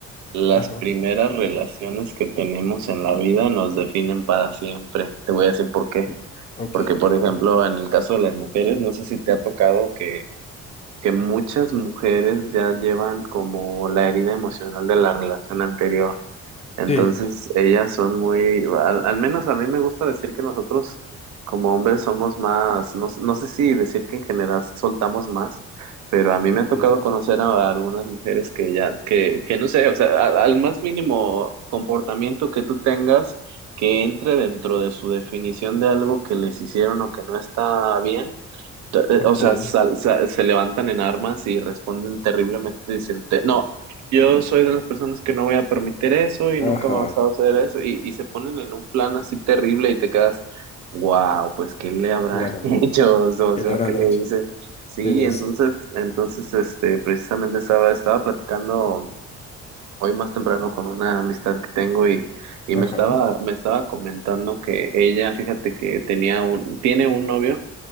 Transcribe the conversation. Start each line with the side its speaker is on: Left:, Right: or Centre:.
Right: las
Left: Ajá.
Right: primeras relaciones que tenemos en la vida nos definen para siempre. Te voy a decir por qué.
Left: Sí. Ok,
Right: Porque, por
Left: cuenta.
Right: ejemplo, en el caso de las mujeres, no sé si te ha tocado que, que muchas mujeres ya llevan como la herida emocional de la relación anterior. Entonces,
Left: Sí.
Right: ellas son muy, al, al menos a mí me gusta decir que nosotros como hombres somos más, no, no sé si decir que en general soltamos más, pero a mí
Left: Ok,
Right: me ha tocado conocer a, a algunas mujeres que ya, que, que no sé, o sea, al, al más mínimo comportamiento que tú tengas que entre dentro de su definición de algo que les hicieron o que no está bien T- eh,
Left: ok.
Right: O sea, sal- sa- se levantan en armas y responden terriblemente. Dicen, "Te- no, yo soy de las personas que no voy a permitir eso y
Left: Ajá.
Right: nunca me vas a hacer eso. Y, y se ponen en un plan así terrible y te quedas, wow, pues ¿qué le habrán
Left: Claro.
Right: <laughs> hecho? O
Left: ¿Qué
Right: sea,
Left: le habrán
Right: ¿qué le
Left: hecho?
Right: hice? Sí,
Left: Tienes.
Right: entonces, entonces, este, precisamente estaba, estaba platicando hoy más temprano con una amistad que tengo y, y
Left: Ajá.
Right: me estaba, me estaba comentando que ella, fíjate que tenía un, tiene un novio